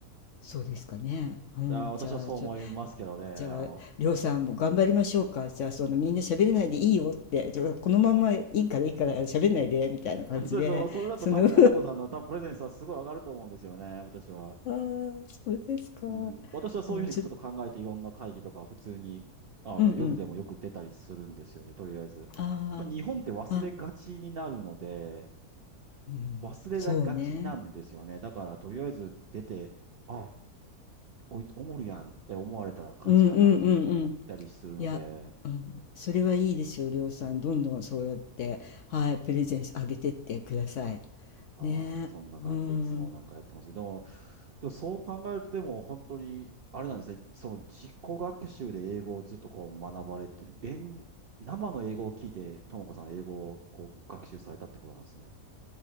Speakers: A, on the left; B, on the right.
A: そうですかね。うん、
B: あー、私はそう思いますけどね。
A: じゃあ
B: あの、
A: じゃあ、りょうさんも頑張りましょうか。じゃあ、そのみんな喋れないでいいよって、じゃあこのままいいからいいから喋んないでみたいな感じで、
B: <laughs> 本当にその、それだと多分ともこさんの多分プレゼンスはすごい上がると思うんですよね。
A: その
B: 私は。
A: <laughs> あー、そうですか。
B: うん、私はそういうふうにちょっと考えていろんな会議とか普通にあの夜でもよく出たりするんですよね、
A: うん、ちょ、うんうん。
B: とりあえず。
A: あ
B: まあ日本って忘れがちになるので、
A: あ、あ、うん、
B: 忘れがちなんですよね。
A: そうね。
B: だからとりあえず出て、あ、こいつおもるやんって思われたら勝ちかなとちょっと思ったりするので、
A: うんうんうんうん。いや、うん、それはいいですよ、りょうさん。どんどんそうやって、はい、プレゼンスあげてってください。
B: はい。
A: ね。
B: そんな感じでいつもなんかやってますけど、
A: うん。
B: でもでもそう考えると、でも本当に、あれなんですね。その自己学習で英語をずっとこう学ばれて、演生の英語を聞いて、ともこさん英語をこう学習されたってことなんですね。